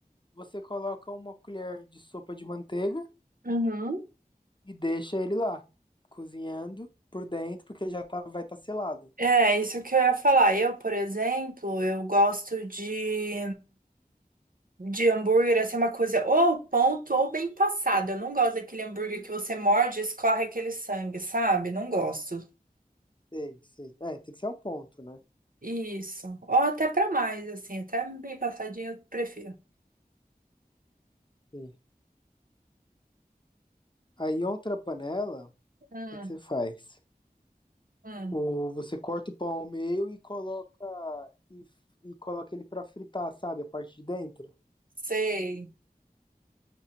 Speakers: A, on the left (about 30°); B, on the right (about 65°).
A: você coloca uma colher de sopa de manteiga
B: uhum.
A: e deixa ele lá, cozinhando por dentro, porque já tá, vai estar selado.
B: É, isso que eu ia falar. Eu, por exemplo, eu gosto de De hambúrguer, assim, é uma coisa ou ao ponto ou bem passado. Eu não gosto daquele hambúrguer que você morde e escorre aquele sangue, sabe? Não gosto.
A: Sei, sei. É, tem que ser ao ponto, né?
B: Isso. Ou até pra mais, assim, até bem passadinho eu prefiro.
A: Sim. Aí, outra panela, o
B: Hum,
A: que que você faz?
B: hum.
A: O, você corta o pão ao meio e coloca, e, e coloca ele para fritar, sabe? A parte de dentro.
B: Sei.